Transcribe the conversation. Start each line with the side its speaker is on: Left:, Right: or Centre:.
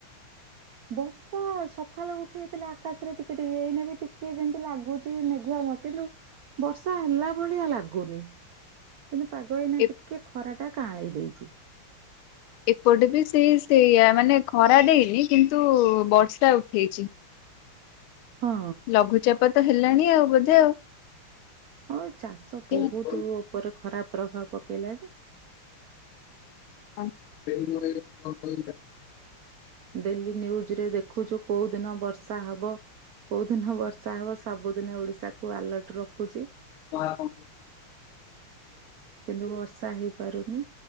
Right: ବର୍ଷା ସକାଳୁ ଉଠେଇଥିଲେ ଆକାଶରେ ଟିକେ ଟିକେ, ଏଇନେ ବି ଟିକେ ଯେମିତି ଲାଗୁଛି ମେଘୁଆମ କିନ୍ତୁ ବର୍ଷା ହେଲା ଭଳିଆ ଲାଗୁନି।
Left: <inaudible>
Right: କିନ୍ତୁ ପାଗ ଏଇନା
Left: ଏ
Right: ଟିକେ ଖରା ଟା କାଁଳେଇ ଦେଇଛି
Left: ଏପଟେ ବି ସେଇ ସେଇଆ, ମାନେ ଖରା ଦେଇନି କିନ୍ତୁ ବର୍ଷା ଉଠେଇଛି।
Right: ହଁ
Left: ଲଘୁଚାପ ତ ହେଲାଣି ଆଉ ବୋଧେ ଆଉ
Right: ହଉ ଚାଷ
Left: କି
Right: ବହୁତ ଉପରେ ଖରାପ ପ୍ରଭାବ ପକେଇଲାଣି।
Left: ହ ପେନ୍ମ <unintelligible>
Right: ଡେଲିନ୍ୟୁଜରେ ଦେଖୁଛୁ, କୋଉ ଦିନ ବର୍ଷା ହବ। କୋଉ ଦିନ ବର୍ଷା ହବ, ସବୁଦିନେ ଓଡିଶା କୁ ଆଲର୍ଟ ରଖୁଛି।
Left: ଆଜୁ <unintelligible>
Right: କିନ୍ତୁ ବର୍ଷା ହେଇପାରୁନି।